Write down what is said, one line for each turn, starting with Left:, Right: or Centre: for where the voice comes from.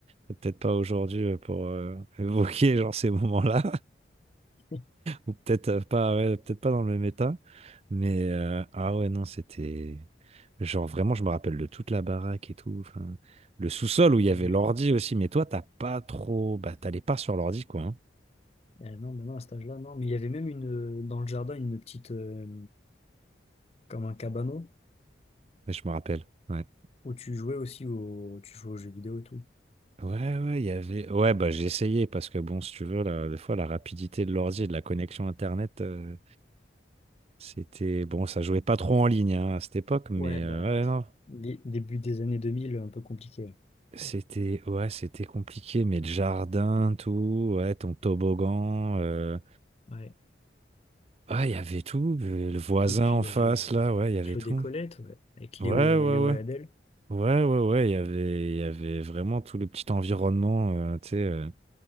Right: peut-être pas aujourd'hui euh, pour euh, <laughs> évoquer genre ces moments-là.
Left: <laughs>
Right: Ou peut-être euh, pas, ouais, peut-être pas dans le même état. Mais euh, ah ouais, non, c'était. Genre vraiment, je me rappelle de toute la baraque et tout. Enfin, le sous-sol où il y
Left: Ah
Right: avait
Left: oui,
Right: l'ordi
Left: j'ai-
Right: aussi. Mais toi, t'as pas trop. Bah, t'allais pas sur l'ordi, quoi. hein.
Left: euh, non, mais non, à cet âge-là, non. Mais il y avait même une, euh, dans le jardin une petite, euh, comme un cabanon,
Right: Ouais, je me rappelle. Ouais.
Left: où tu jouais aussi au, tu jouais aux jeux vidéo et tout.
Right: Ouais, ouais, il y avait. Ouais, bah, j'ai essayé parce que bon, si tu veux, là, des fois, la rapidité de l'ordi et de la connexion Internet, euh, c'était. Bon, ça jouait pas trop en ligne hein, à cette époque, mais
Left: Ouais,
Right: euh,
Left: bah,
Right: ouais, non.
Left: dé- début des années 2000, un peu compliqué.
Right: C'était ouais, c'était compliqué, mais le jardin, tout, ouais, ton toboggan, euh,
Left: Ouais.
Right: ah, il y avait tout, euh, le voisin
Left: Et puis
Right: en
Left: il
Right: face,
Left: y avait euh,
Right: là, ouais, il y avait
Left: Claude
Right: tout.
Left: et Colette, ouais, avec
Right: Ouais,
Left: Léo et,
Right: ouais,
Left: Léo
Right: ouais.
Left: et Adèle.
Right: Ouais, ouais, ouais, il y avait, il y avait vraiment tout le petit environnement, euh, tu sais, euh,